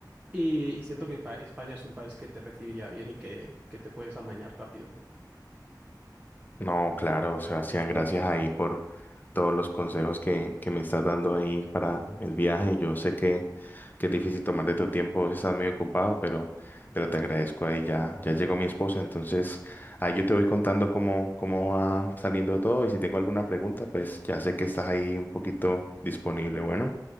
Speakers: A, on the right (about 20°); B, on the left (about 25°).
A: Y, y siento que pa- España es un país que te recibiría bien y que, que te puedes amañar rápido.
B: No, claro, Sebastián, gracias ahí por todos los consejos que, que me estás dando ahí para el viaje. Yo sé que, que es difícil tomar de tu tiempo, si estás muy ocupado, pero, pero te agradezco ahí. Ya, ya llegó mi esposa, entonces ahí yo te voy contando cómo, cómo va saliendo todo y si tengo alguna pregunta, pues ya sé que estás ahí un poquito disponible. Bueno,